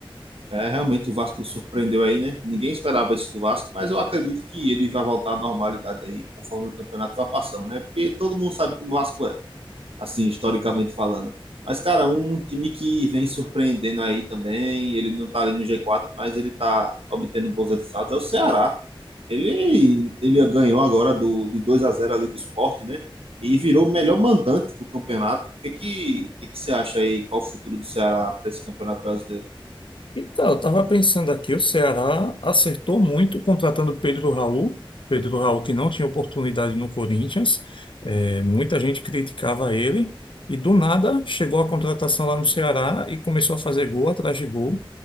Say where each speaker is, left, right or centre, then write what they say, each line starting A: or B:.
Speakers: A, on the right; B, on the left.
A: É, realmente o Vasco surpreendeu aí, né? Ninguém esperava isso do Vasco, mas eu acredito que ele vai voltar à normalidade aí, conforme o campeonato vai passando, né? Porque todo mundo sabe como o Vasco é. assim, historicamente falando. Mas, cara, um time que vem surpreendendo aí também, ele não tá ali no g quatro mas ele tá obtendo bons resultados, é o Ceará. Ele, ele ganhou agora do, de 2 a zero ali do Sport né? E virou o melhor mandante do campeonato. O que, que, o que, que você acha aí? Qual o futuro do Ceará para esse campeonato brasileiro?
B: Então, eu estava pensando aqui, o Ceará acertou muito contratando Pedro Raul. Pedro Raul que não tinha oportunidade no Corinthians. É, muita gente criticava ele. E do nada chegou a contratação lá no Ceará e começou a fazer gol atrás de gol.